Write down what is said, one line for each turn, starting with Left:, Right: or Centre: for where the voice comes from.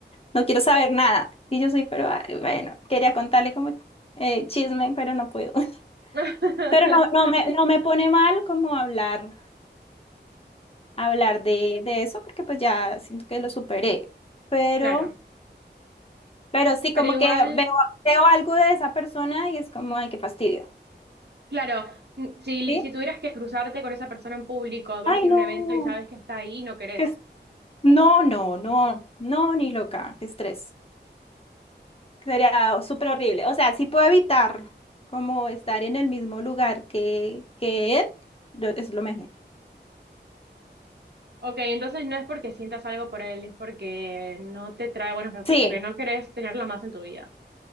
Left: no quiero saber nada. Y yo soy, pero ay, bueno, quería contarle como eh, chisme, pero no puedo. <laughs>
Right: <laughs>
Left: Pero no, no me, no me pone mal como hablar, hablar de, de eso, porque pues ya siento que lo superé. Pero
Right: Claro,
Left: Pero sí,
Right: pero
Left: como
Right: igual...
Left: que veo, veo algo de esa persona y es como, ay, qué fastidio.
Right: Claro, mm, si,
Left: ¿Sí?
Right: si tuvieras que cruzarte con esa persona en público, vas
Left: Ay,
Right: a ir
Left: no.
Right: a un evento y sabes que está ahí y no querés.
Left: qué es- No, no, no, no, ni loca. Qué estrés. Sería súper horrible. O sea, sí puedo evitar como estar en el mismo lugar que, que él, lo- es lo mejor.
Right: Ok, entonces no es porque sientas algo por él, es porque no te trae buenos recuerdos,
Left: Sí,
Right: como que no querés tenerlo más en tu vida.